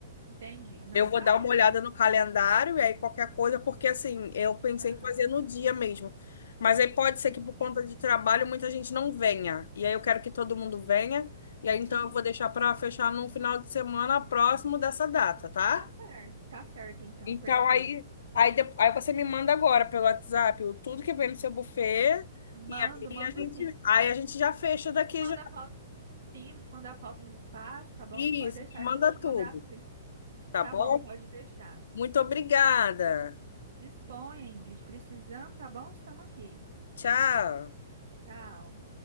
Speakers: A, on the right; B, on the left.
A: entendi. Não,
B: Eu vou
A: tá
B: dar
A: bom
B: uma olhada
A: então.
B: no calendário e aí qualquer coisa, porque assim, eu pensei
A: Aham,
B: em fazer no dia mesmo. Mas aí pode ser que por conta
A: sim.
B: de trabalho muita gente não venha. E aí eu quero que todo mundo venha. E aí então
A: Uhum,
B: eu vou deixar para fechar num final de semana próximo dessa data, tá?
A: Tá certo, tá certo então,
B: Então
A: perfeito.
B: aí, aí, de- aí você me manda agora pelo WhatsApp o tudo que vem no seu buffet.
A: Mando,
B: E aí
A: mando
B: a gente,
A: sim.
B: aí a gente já fecha daqui
A: Manda
B: já.
A: foto, sim, manda foto dos espaços, tá bom?
B: Isso,
A: Pode deixar
B: me manda
A: que eu vou te mandar
B: tudo,
A: tudo aí.
B: tá
A: Tá
B: bom?
A: bom, pode deixar.
B: Muito obrigada.
A: Disponha, Ingrid, precisando, tá bom? Estamos aqui.
B: Tchau.
A: Tchau.